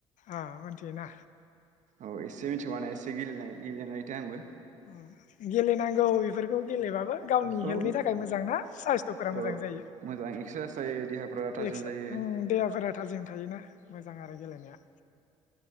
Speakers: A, on the left (about 55°); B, on the right (about 55°).
A: ओ मिन्थियो ना?
B: औ एसे मिथिगौ माने एसे गेलेनाय गेलेनायथो आंबो।
A: ओ गेलेनांगौ इफोरखौ गेलेबाबो गावनि
B: औ
A: हेल्थनि थाखाय मोजां ना साइस्थ'फोरा
B: औ
A: मोजां जायो,
B: मोजां एक्सारसाइस जायो देहाफ्रा थाजिम
A: एक्स
B: जायो
A: ओम देहाफोरा थाजिम थायोना मोजां आरो गेलेनाया।